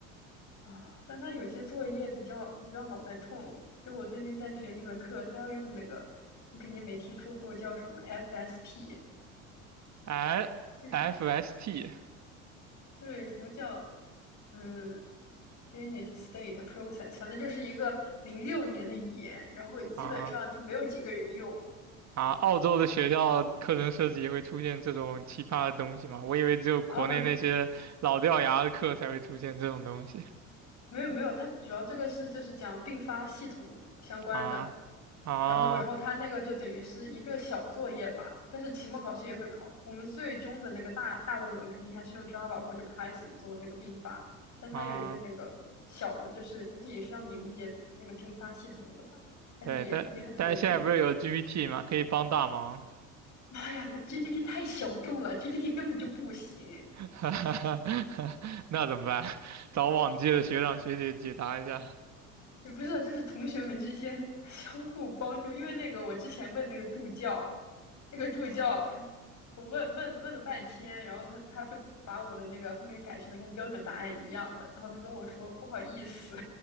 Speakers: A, on the left (about 45°); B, on the right (about 40°).
A: 啊，但他有些作业比较比较脑袋痛。就我最近在学一门课，他要用那个，你肯定没听说过叫什么 FSP，
B: L
A: 就是
B: F S T
A: 对什么叫嗯 init state process，反正就是一个零六年的语言，然后基本上就没有几个人用。
B: 啊啊，澳洲的学校课程设计也会出现这种奇葩的东西吗？我以为只有国内那些老掉牙的课才会出现这种东西
A: 然后没有没有，它主要这个是就是讲并发系统相关的，
B: 啊啊
A: 然后然后它那个就等于是一个小作业吧，但是期末考试也会考。我们最终的那个大大论文肯定还是用 Java 或者 Python 做那个并发，但它有一个那个小的，
B: 啊！
A: 就是估计也是让你理解那个并发系统的吧，但是也也很头痛。
B: 对，但但是现在不是有 GPT 吗？可以帮大忙，
A: 妈呀，那 GPT 太小众了，GPT 根本就不行。
B: <laughs> 那怎么办？找往届的学长学姐解答一下
A: 也不是，就是同学们之间 <laughs> 相互帮助。因为那个我之前问那个助教，那个助教他，我问问问了半天，然后他他就把我的那个后面改成了跟标准答案一样的，然后他跟我说不好意思，